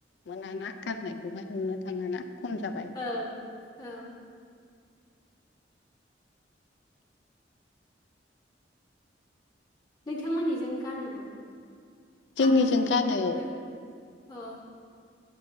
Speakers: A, on the left; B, on the left.
A: मोनाना गाननायखौहाय नुनो थाङाना। खम जाबाय
B: ओ औ। नोंथांमोननिजों गानो नामा?
A: जोंनिजों
B: आखाइजों
A: गानो
B: दानायफोर
A: औ
B: औ।